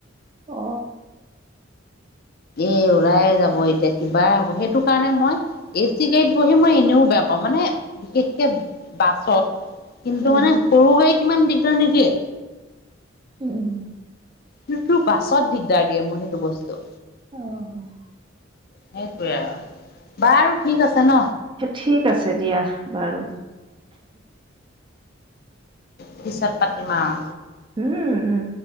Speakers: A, on the right; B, on the left.
A: অ
B: এ ওলাই যাব এতিয়া কিবা হ'ব সেইটো টো কাৰণে মই এ চি গাড়ীত বহি মই এনেও বেয়া পাওঁ মানে বিশেষকে বাছত। কিন্তু
A: উম
B: মানে সৰু গাইত ইমান দিগদাৰ নিদিয়ে।
A: উম।
B: সেটো বাছত দিগদাৰ দিয়ে মোৰ সেইটো বস্তু।
A: অহ।
B: সেইটোৱে আৰু বাৰু ঠিক আছে ন
A: ঠিক আছে দিয়া বাৰু
B: পিছত পাতিম আও
A: উম উম